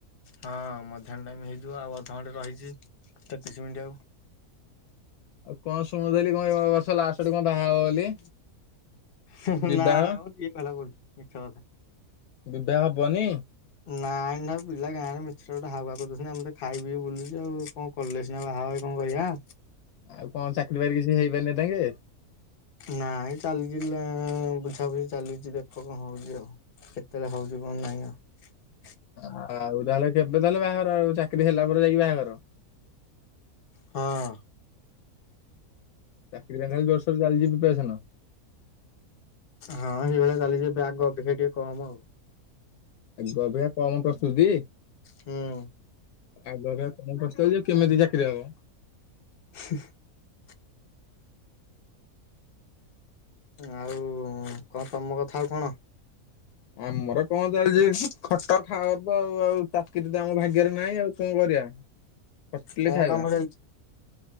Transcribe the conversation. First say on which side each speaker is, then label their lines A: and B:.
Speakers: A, on the left; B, on the left.
A: ହଁ ମଧ୍ୟାହ୍ନ ଟାଇମ ହେଇଯିବ ଆଉ ଅଧଘଣ୍ଟେ ରହିଛି ତେତିଶ ମିନିଟ୍ ଆଉ।
B: ଆଉ କଣ ଶୁଣୁଥିଲି କଣ ବର୍ଷ ଲାଷ୍ଟଟ ଆଡକୁ କଣ ବାହା ହବ ବୋଲି।
A: ହ୍ନୁ ହ୍ନୁ
B: ବିବାହ
A: ନାଇମ କିଏ କହିଲା <inaudible> ମିଛା କଥା।
B: ଏବେ ହବନି?
A: ନାଇଁ ନା ପିଲା ଗାଁରେ ମିଛା ଗୋଟେ ହାୱ କରିଦଉଛନ୍ତି ଆମ ତ ଖାଇବି ବୁଲିବୁ ଆଉ କଣ କଲେ ସିନା ବାହା ହେବୁ। କଣ କରିଆ।
B: ଆଉ କଣ ଚାକିର ବାକିରି କିଛି ହେଇପାରିନି ଇ ଯାକେ।
A: ନାଇଁ ଚାଲିଛି ବୁଝାବୁଝି ଚାଲିଛି ଦେଖ କଣ ହଉଛି ଆଉ। କେତେବେଳେ ହଉଛି କଣ ନାଇଁ ଆଉ।
B: ଆଉ ତାହେଲେ କେବେ ତାହେଲେ ବାହାଘର ଆଉ ଚାକିରି ହେଲା ପରେ ଯାଇକି ବାହାଘର।
A: ହଁ।
B: ଚାକିରୀ ପାଇଁ ବର୍ଷରୁ ଚାଲିଛି ପ୍ରିପସନ।
A: ହଁ ସେଇଭଳିଆ ଚାଲିଛି ଏବେ ଆଗ ଅପେକ୍ଷା ଟିକେ କମ ଆଉ।
B: ଆଗ ଅପେକ୍ଷା କମ ପ୍ରସ୍ତୁତି?
A: ହୁଁ।
B: ଆଗ ଅପେକ୍ଷା କଣ କରୁଛ ଯେ କେମିତି ଚାକିରି ହବ।
A: <unintelligible> ଆଉ କଣ ତମ କଥା ଆଉ କଣ?
B: ଆମର କଣ ଚାଲିଛି ଖଟ ଖାଅତ ଆଉ ଚାକିରି ତ ଆମ ଭାଗ୍ୟରେ ନାହିଁ ଆଉ କଣ କରିବା। ଖଟିଲେ
A: କଣ
B: ଖାଇବା
A: କାମ ଚାଲିଛି?